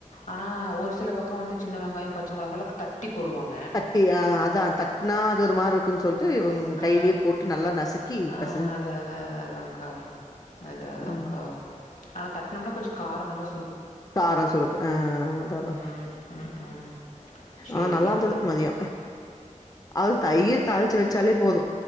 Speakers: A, on the left (about 65°); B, on the left (about 25°).
A: ஆனா ஒரு சில பக்க வந்து சின்ன வெங்காய பச்ச மொளகால தட்டி போடுவாங்
B: தட்டி ஆ அதா தட்னா அது ஒரு மாருக்குன் சொல்ட்டு இவுங்கையிலேயே
A: ஆ
B: போட்டு நல்லா நசுக்கி பெச
A: ஆ அத அத அத அதாங்கா அத அதாங்கா
B: ம்
A: ஆனா தட்னம்னா கொஞ்ச கார நல்லா சு
B: காரசுருக்கு ஆ அதாதா
A: ம் ம் ம் ம் சேரிங்
B: ஆ நல்லாந்துது மதிய அது தயிர் தாளிச்சு வெச்சாலே போது